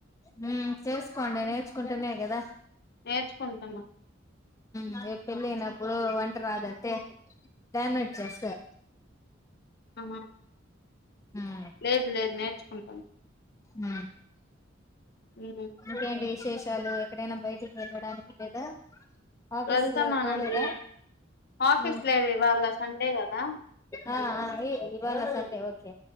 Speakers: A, on the left; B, on the left.
A: హుహ్ చేసుకొండి నేర్చుకుంటనే గదా
B: నేర్చుకుంటున్నా.
A: హ్ పెళ్ళి అయినప్పుడు వంట రాదంటే డామినేట్ చేస్తారు.
B: ఆ
A: హ
B: లేదు లేదు నేర్చుకుంటున్నా.
A: అ
B: ఉమ్,
A: ఇంకేంటి విశేషాలు ఎక్కడైనా బయటికి వెళ్ళడానికి లేదా ఆఫీస్
B: వెళ్తున్నానండి
A: లో పోలేదా
B: ఆఫీస్
A: హ్
B: లేదు ఇవాళ సండే కదా
A: ఆ ఆ ఇవాళ సండే ఓకే.